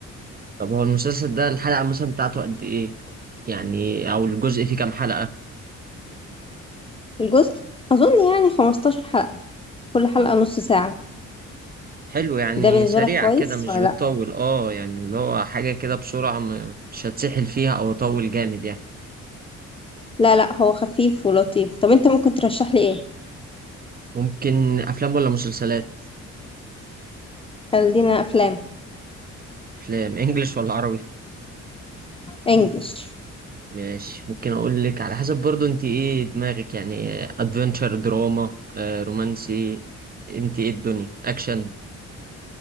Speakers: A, on the right; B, on the left.
A: طب هو المسلسل ده الحلقه مثلا بتاعته قد ايه يعني او الجزء فيه كام حلقه
B: الجزء أظن يعني 15 حلقة كل حلقة نص ساعة
A: حلو يعني
B: ده بالنسبة
A: سريع
B: لك كويس
A: كده مش
B: ولا
A: بتطول
B: لأ؟
A: اه يعني اللي هو حاجه كده بسرعه ما- مش هتسحل فيها او اطول جامد يعني
B: لا لا هو خفيف ولطيف طب انت ممكن ترشح لي ايه
A: ممكن افلام ولا مسلسلات
B: خلينا افلام
A: افلام انجلش ولا عربي
B: انجلش
A: ماشي ممكن اقول لك على حسب برضو انت ايه دماغك يعني ادفنتشر دراما آه، رومانسي انت ايه الدنيا اكشن